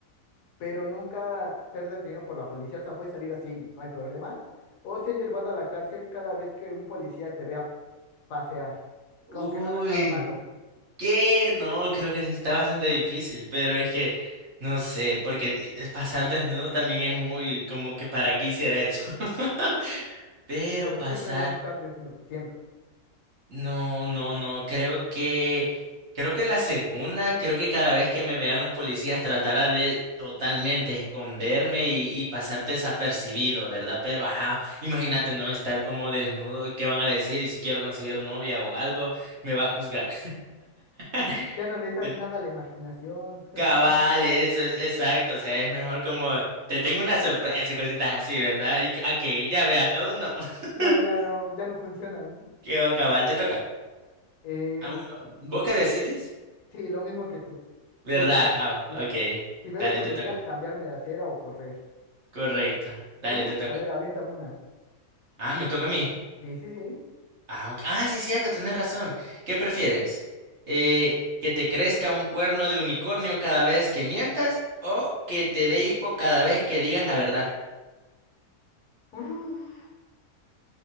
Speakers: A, on the left (about 80°); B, on the right (about 50°).
A: pero nunca ser detenido por la policía. O sea, puedes salir así, no hay problema. O ser llevado a la cárcel cada vez que un policía te vea pasear,
B: Uy.
A: con que no hagas nada malo.
B: ¿Qué? No, creo que sí está bastante difícil, pero es que no sé, porque es- pasar desnudo también es muy como que para qué hiciera eso. <laughs> Pero
A: Sí, pero
B: pasar,
A: siempre vas a estar desnudo, siempre.
B: no, no, no, creo que creo que la segunda, creo que cada vez que me vean los policías tratara de totalmente esconderme y, y pasar desapercibido, ¿verdad? Pero ajá, imagínate no estar como desnudo y qué van a decir y si quiero conseguir novia o algo, me va a juzgar. <laughs>
A: Ya no le dejas nada a la imaginación. <laughs>
B: Cabal, eso es exacto, o sea, es mejor como te tengo una sorpresa y cositas así, ¿verdad? Y que- a que ella vea todo, no. <laughs>
A: No, ya no, ya no funcionan.
B: Qué va, cabal, te toca.
A: Eh,
B: Ah, bueno, ¿vos qué decidís?
A: sí, lo mismo que tú,
B: ¿Verdad?
A: justamente,
B: Ah,
A: sí.
B: ok.
A: Si ver
B: Dale,
A: un policía,
B: te toca.
A: cambiarme de acera o correr.
B: Correcto. Dale,
A: ¿Tú?
B: te toca.
A: A ver, aviéntame una.
B: Ah, me toca a mí.
A: Sí, sí, sí.
B: Ah, ok. Ah, sí, es cierto, tenés razón. ¿Qué prefieres? Eh, ¿que te crezca un cuerno de unicornio cada vez que mientas o que te dé hipo cada vez que digas la verdad?
A: Uf,